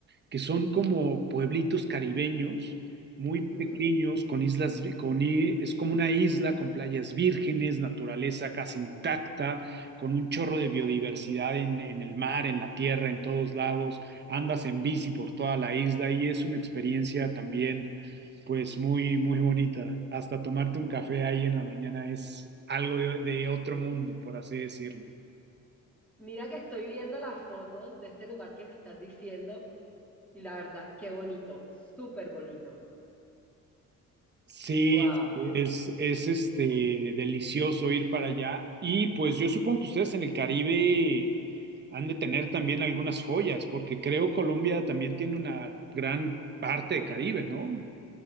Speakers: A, on the right; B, in the centre.
A: que son como pueblitos caribeños muy
B: Ujú.
A: pequeños, con islas, con, i- es como una isla con playas vírgenes, naturaleza casi intacta, con un chorro de biodiversidad en, en el mar, en la tierra, en todos lados. Andas en bici por toda la isla y es una experiencia también, pues muy, muy bonita. Hasta tomarte un café ahí en la mañana es algo de de otro mundo, por así decirlo.
B: Mira que estoy viendo las fotos de este lugar que me estás diciendo y la verdad, qué bonito, súper bonito.
A: Sí,
B: Wow.
A: es, es este delicioso ir para allá. Y pues yo supongo que ustedes en el Caribe han de tener también algunas joyas, porque creo Colombia también tiene una gran parte de Caribe, ¿no?